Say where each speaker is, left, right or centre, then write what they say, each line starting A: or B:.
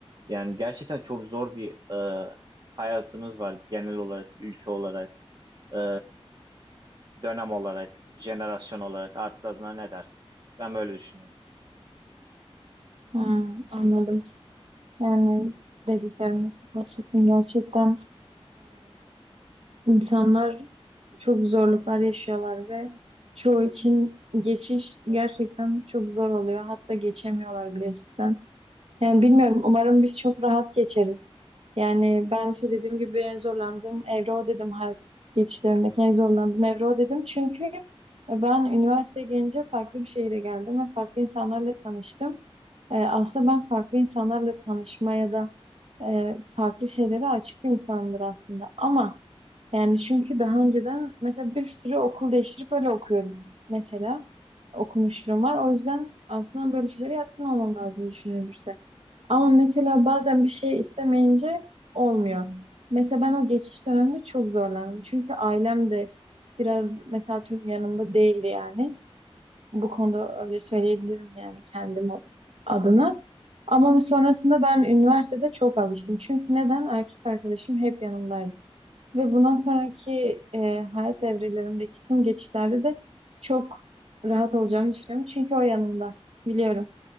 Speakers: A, on the right; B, on the right.
A: Yani gerçekten çok zor bir e, hayatınız var genel olarak, ülke olarak, e, dönem olarak, jenerasyon olarak artık adına ne dersin? Ben böyle düşünüyorum.
B: Hmm, anladım. Yani dediklerimiz gerçekten gerçekten İnsanlar çok zorluklar yaşıyorlar ve çoğu için geçiş gerçekten çok zor oluyor. Hatta geçemiyorlar bile cidden. Yani bilmiyorum. Umarım biz çok rahat geçeriz. Yani ben işte dediğim gibi en zorlandığım evre o dedim. Hayat geçişlerimdeki en zorlandığım evre o dedim. Çünkü ben üniversiteye gelince farklı bir şehire geldim ve farklı insanlarla tanıştım. Ee, aslında ben farklı insanlarla tanışmaya da e, farklı şeylere açık bir insanımdır aslında. Ama yani çünkü daha önceden mesela bir sürü okul değiştirip öyle okuyorum. Mesela okumuşluğum var. O yüzden aslında böyle şeylere yatkın olmam lazım düşünülürse. Ama mesela bazen bir şey istemeyince olmuyor. Mesela ben o geçiş döneminde çok zorlandım. Çünkü ailem de biraz mesela tüm yanımda değildi yani. Bu konuda öyle söyleyebilirim yani kendim adına. Ama sonrasında ben üniversitede çok alıştım. Çünkü neden? Erkek arkadaşım hep yanımdaydı. Ve bundan sonraki e, hayat evrelerimdeki tüm geçişlerde de çok rahat olacağımı düşünüyorum. Çünkü o yanımda. Biliyorum.